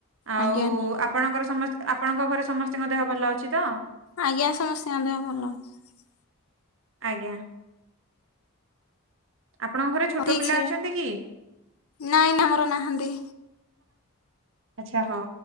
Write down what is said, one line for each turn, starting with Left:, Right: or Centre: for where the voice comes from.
Right: ଆଉ
Left: ଆଜ୍ଞା
Right: ଆପଣଙ୍କର ଆପଣଙ୍କ ଘରେ ସମସ୍ତଙ୍କ ଦେହ ଭଲ ଅଛି ତ?
Left: ଆଜ୍ଞା ସମସ୍ତେଙ୍କ ଦେହ ଭଲ ଅଛି।
Right: ଆଜ୍ଞା। ଆପଣଙ୍କ ଘରେ ଛୋଟ
Left: ଅଛି ଠିକ
Right: ପିଲା
Left: ଅଛି
Right: ଅଛନ୍ତି କି?
Left: ନାଇଁ ନା ଆମର ନାହାନ୍ତି।
Right: ଆଛା ହଁ।